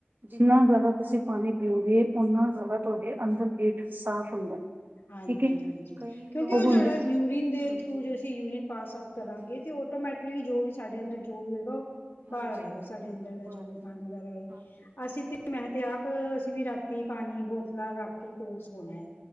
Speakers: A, on the right (about 55°); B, on the left (about 80°).
A: ਜਿੰਨਾ ਜ਼ਿਆਦਾ ਤੁਸੀਂ ਪਾਣੀ ਪੀਓਗੇ, ਓਨਾ ਜ਼ਿਆਦਾ ਤੁਹਾਡੇ ਅੰਦਰ ਪੇਟ ਸਾਫ਼ ਹੁੰਦਾ।
B: ਹਾਂਜੀ,
A: ਠੀਕ ਹੈ
B: ਹਾਂਜੀ
A: ਕਈ
B: ਕਿਉਂਕਿ
A: ਲੋਕ
B: ਉਹ
A: ਹੁੰਦੇ
B: ਜਿਹੜਾ
A: ਨੇ
B: ਯੂਰੀਨ ਦੇ
A: ਹਾਂਜੀ
B: ਥਰੂ ਅਸੀਂ ਯੂਰੀਨ ਪਾਸ ਆਊਟ ਕਰਾਂਗੇ
A: ਹਾਂਜੀ ਹਾਂਜੀ
B: ਤੇ ਉਹ ਆਟੋਮੈਟਿਕਲੀ ਜੋ ਵੀ ਸਾਡੇ ਅੰਦਰ ਜੋ ਵੀ ਹੋਏਗਾ ਉਹ ਬਾਹਰ
A: ਹਾਂਜੀ
B: ਆਏਗਾ
A: ਹਾਂਜੀ
B: ਸਾਡੇ ਅੰਦਰ ਦਾ
A: ਬਾਹਰ
B: ਜੋ ਵੀ
A: ਦੀ
B: ਗੰਦ ਵਗੈਰਾ ਹੋਏ,
A: ਹਾਂਜੀ
B: ਅਸੀਂ ਤੇ ਮੈਂ ਤੇ ਆਪ ਅਸੀਂ ਵੀ ਰਾਤੀ ਪਾਣੀ ਬੋਤਲਾਂ ਰੱਖ ਕੇ ਕੋਲ ਸੋਣਾ।